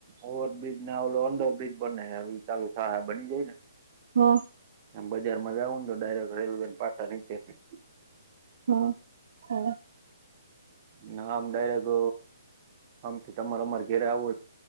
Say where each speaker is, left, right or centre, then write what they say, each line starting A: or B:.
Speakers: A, on the right; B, on the right.
A: ઓવરબ્ર્રીજ ના ઓલો અન્ડરબ્ર્રીજ બને એ ચાલુ થાય બની જાય ને..
B: હમ.
A: આમ બજાર માં જાવું ને તો ડાયરેક્ટ રેલવે પાટા નીચેથી.
B: હમ હા
A: નામ ડાયરે્ટ. આમ કે તમારે અમારે ઘેરે આવો